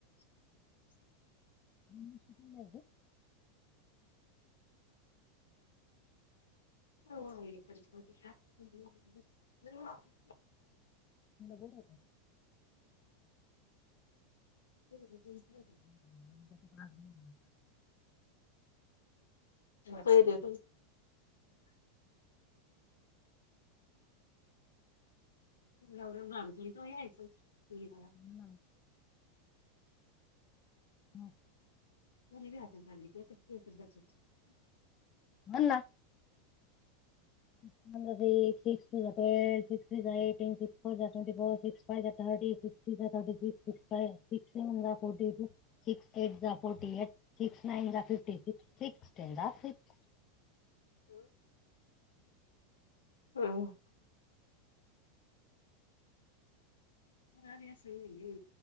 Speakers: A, on the left; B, on the left.
A: ण ला
B: हो
A: बोला
B: हो,
A: आं,, <unintelligible>
B: बरे गौरव झाण त तो यायच. <unintelligible>
A: म्हण हम्म.
B: कुणीबी आत आण <inaudible>
A: बोल ना. सिक्स वन्स सिक्स टू जा ट्वेल्व सिक्स थ्रीजा एटीन सिक्स फोरजा ट्वेंटी फोर सिक्स फायजा थर्टी सिक्स सिक्सजा थर्टी सिक्स सिक्स्टा सिक्स सेवेंजा फोर्टी टू सिक्स एटजा फोर्टी एट सिक्स नाईनजा फिफ्टी सिक्स सिक्स टेनजा सिक्स
B: हम्म. तू का आली आसल म्हणलं